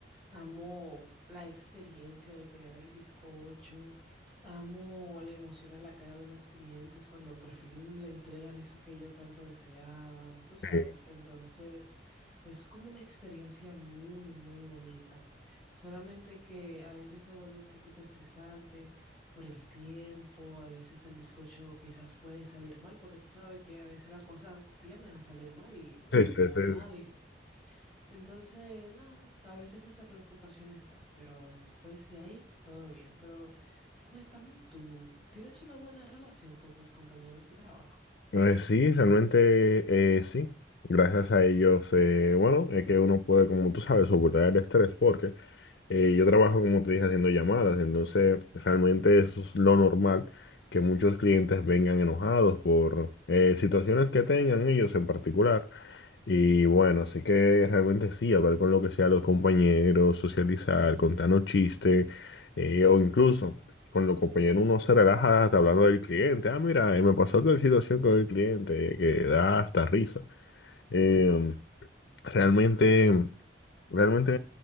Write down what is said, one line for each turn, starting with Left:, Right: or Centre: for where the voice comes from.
Centre: Amo la experiencia de crear el bizcocho. Amo la emoción en la cara de los clientes cuando por fin le entregan eso que ellos tanto deseaban, tú sabes.
Left: Sí,
Centre: Entonces, es como una experiencia muy, muy bonita. Solamente que a veces se vuelve un poquito estresante por el tiempo, a veces el bizcocho quizás puede salir mal, porque tú sabes que a veces las cosas tienden a salir mal y no
Left: sí,
Centre: es culpa
Left: sí, sí,
Centre: de nadie. <laughs> Entonces, nada, a veces esa preocupación está, pero después de ahí todo bien. Pero cuéntame, ¿y ¿tú tienes una buena relación con tus compañeros de trabajo?
Left: Eh, sí, realmente eh, sí. Gracias a ellos, eh, bueno, es que uno puede, como tú sabes, soportar el estrés porque eh, yo trabajo, como te dije, haciendo llamadas, entonces realmente eso es lo normal, que muchos clientes vengan enojados por eh, situaciones que tengan ellos en particular. Y bueno, así que realmente sí, hablar con lo que sea los compañeros, socializar, contarnos chistes, eh, o incluso con los compañeros uno se relaja hasta hablando del cliente. Ah, mira, eh, me pasó tal situación con el cliente, que da hasta risa. Eh, realmente. Realmente